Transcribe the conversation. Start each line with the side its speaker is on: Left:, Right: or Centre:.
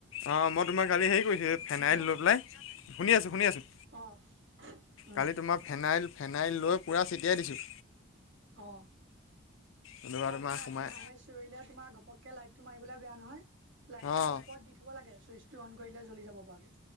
Left: অ মই তোমাৰ কালি হেৰি কৰিছো ফেনাই
Right: শুনিছা
Left: লৈ
Right: নাই
Left: পেলাই, শুনি আছো, শুনি আছো।
Right: অ উম
Left: কালি তোমাৰ ফেনাইল ফেনাইল লৈ পুৰা ছটিয়াই দিছো।
Right: অ আৰু
Left: এনেকুৱা
Right: তোমাৰ
Left: সোমাই
Right: আদি হাঁহে চুৰিলে তোমাৰ ঘপকে লাইট- টো মাৰিবলৈ বেয়া নহয়, লাইট এটা
Left: অঁ
Right: ওপৰত দি থব লাগে চুইচ টো অন কৰিলে জ্বলি যাব পৰাকে